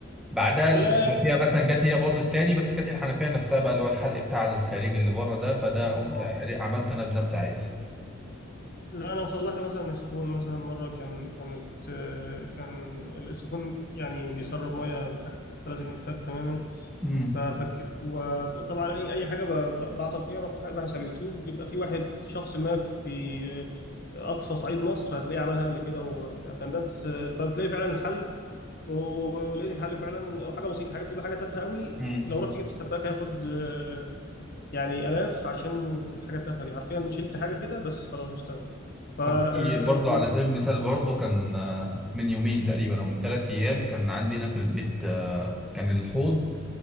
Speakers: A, in the centre; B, on the left.
A: بعدها
B: لا
A: الحنفيه
B: يا ابني.
A: مثلا جت هي باظت تاني بس كانت الحنفيه نفسها بقى اللي هو الحلق بتاع الخارجي اللي بره ده فده قمت
B: اه
A: عملته انا بنفسي عادي
B: لا انا صلحت مثلا السيفون مثلا مره كان كانت آه، كان السيفون يعني بيسرب ميه من تحت فلازم يتسد تماما
A: امم
B: ففكيت وطبعا اي أي حاجه ب- ب- بعطل فيها رحت باحث على اليوتيوب بيبقى في واحد شخص ما في آه، اقصى صعيد مصر هتلاقيه عملها قبل كده وبتاع. فالناس آه، فبتلاقي فعلا الحل ولقيت الحل فعلا حاجه بسيطه حاجه بتبقى حاجه تافهه قوي
A: امم
B: لو رحت جبت سباك هياخد آه، يعني الاف عشان الحاجه التافهه دي حرفيا شلت حاجه كده بس خلاص اشتغل ف آه،
A: وفي برضو
B: و...
A: على سبيل المثال برضو كان آه، من يومين تقريبا او من ثلاث ايام كان عندنا في البيت آه، كان الحوض